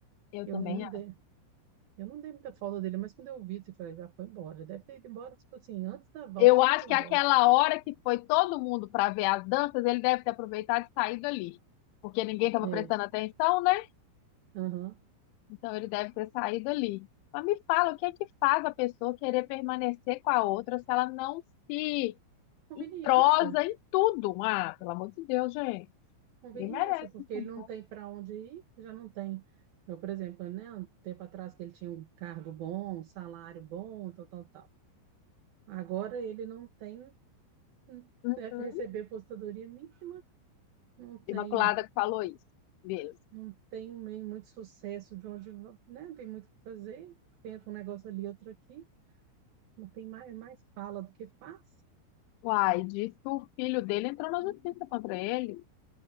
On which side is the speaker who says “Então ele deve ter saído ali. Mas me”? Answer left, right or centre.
Left